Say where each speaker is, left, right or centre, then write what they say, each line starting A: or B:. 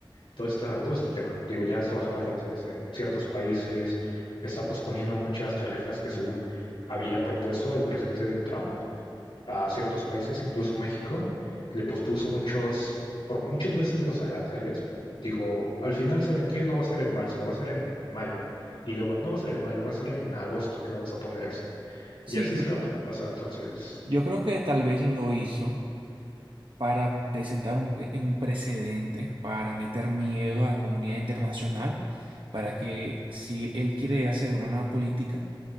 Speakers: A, on the left (about 85°); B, on the right (about 70°).
A: todo, esta, todo este tema. Digo, ya está bajando aranceles en ciertos países, está posponiendo muchas tarifas que según había propuesto el presidente Trump a ciertos países, incluso México, le pospuso muchos, por muchos meses los aranceles. Dijo, al final, ¿saben qué? No va a ser en marzo, va a ser en mayo. Y luego, no va a ser en mayo, va a ser en agosto que vamos a poner eso.
B: Sí,
A: Y así
B: yo,
A: se la pasa, entonces.
B: yo creo que tal vez lo hizo para presentar un, pe- un precedente, para meter miedo a la comunidad internacional, para
A: ujú.
B: que si él quiere hacer una nueva política,